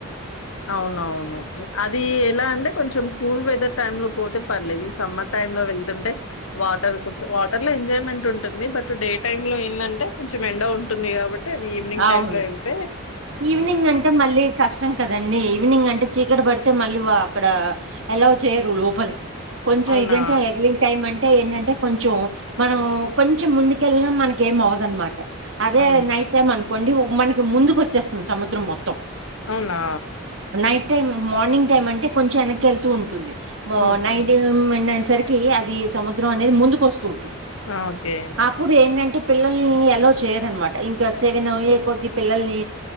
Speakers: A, on the left (about 80°); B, on the right (about 65°).
A: అవునవును అది ఎలా అంటే కొంచెం కూల్ వెదర్ టైమ్ లో పోతే పర్లేదు ఈ సమ్మర్ టైమ్ లో వెళ్తుంటే వాటర్ కొంచెం వాటర్ లో ఎంజాయ్మెంట్ ఉంటుంది బట్ డే టైమ్ లో ఏందంటే కొంచెం ఎండ ఉంటుంది కాబట్టి అది ఈవినింగ్
B: అవును.
A: టైమ్ లో వెళ్తే
B: ఈవినింగ్ అంటే మళ్ళీ కష్టం కదండి ఈవినింగ్ అంటే చీకటి పడితే మళ్ళీ వా అక్కడ అలో చెయ్యరు లోపలికి కొంచెం
A: అవునా!
B: ఇదంటే హర్లింగ్ టైమ్ అంటే అంటే ఏంటంటే కొంచెం మనం కొంచెం ముందుకెళ్ళా మనకు ఏం అవ్వదన్నమాట అదే
A: అవును.
B: నైట్ టైం అనుకోండి మనకి ముందుకు వచ్చేస్తుంది సముద్రం మొత్తం
A: అవునా
B: నైట్ మార్నింగ్ అంటే కొంచం వెనక్కి వెళ్తూ ఉంటుంది
A: ఓకే.
B: నైట్ ఏ మా సరికి అది సముద్రం అనేది ముందుకు వస్తూ ఉంటుంది
A: ఆ! ఓకే.
B: అప్పుడు ఏందంటే పిల్లల్ని అలో చేయరన్నమాట ఇంకా సెవెన్ అయ్యే కొద్ది పిల్లల్ని